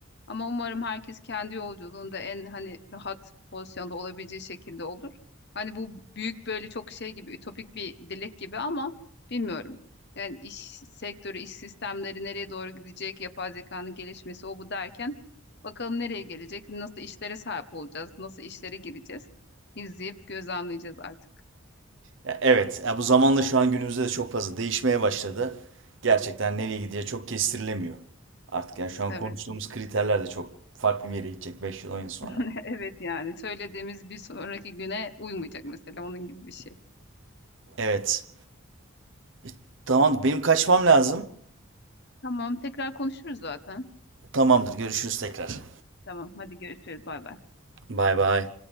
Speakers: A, on the left; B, on the right.
A: Ama umarım herkes kendi yolculuğunda en hani rahat pozisyonda olabileceği şekilde olur. Hani bu büyük böyle çok şey gibi ütopik bir dilek gibi ama bilmiyorum. Yani iş sektörü, iş sistemleri nereye doğru gidecek, yapay zekanın gelişmesi o bu derken bakalım nereye gelecek, nasıl işlere sahip olacağız, nasıl işlere gireceğiz. İzleyip gözlemleyeceğiz artık.
B: Ya evet, ya bu zamanla şu an günümüzde de çok fazla değişmeye başladı. Gerçekten nereye gideceği çok kestirilemiyor. Artık ya şu an
A: Evet,
B: konuştuğumuz kriterler de çok farklı bir yere gidecek 5 yıl 10 yıl sonra.
A: <laughs> evet yani söylediğimiz bir sonraki güne uymayacak mesela onun gibi bir şey.
B: Evet. E, Tamam benim kaçmam lazım.
A: Tamam, tekrar konuşuruz zaten.
B: Tamamdır görüşürüz tekrar.
A: Tamam, hadi görüşürüz. Bay bay.
B: Bay bay.